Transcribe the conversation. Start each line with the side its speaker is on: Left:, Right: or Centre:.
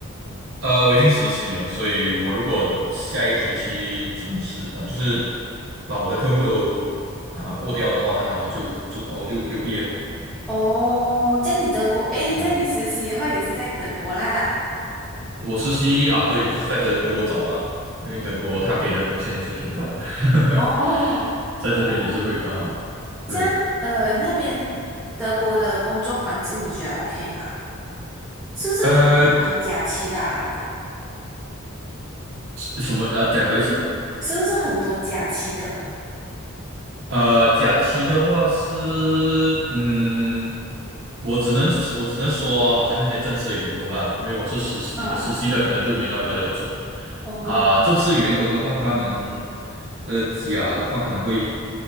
Right: 呃，我已经实习了，所以我如果下一个学期准时，呃，就是把我的科目都啊、过掉的话，那我就准，呃我就我就毕业咯。
Centre: 哦，在你德国，诶，
Right: 是
Centre: 在你实习的话也是在德国啦。
Right: 我实习啊，对，就是在德德国找吧，因为德国他给的工钱也是挺高的，
Centre: 哦
Right: <laughs> 在这边也是会比较好。
Centre: <laughs> 哦，
Right: 对，
Centre: 这样呃，那边德国的工作环境你觉得 OK 吗？是不是很多假期的啊他们？
Right: 呃，什么啊？讲多一次。
Centre: 是不是很多假期的？
Right: 呃，假期的话是，嗯，我只能我只能说，好像那些正式的员工啦，因为我是实习的，
Centre: 嗯嗯嗯，
Right: 实习的可能就没那么的准
Centre: 哦
Right: 啊、正式员工的话，他们的假的话可能会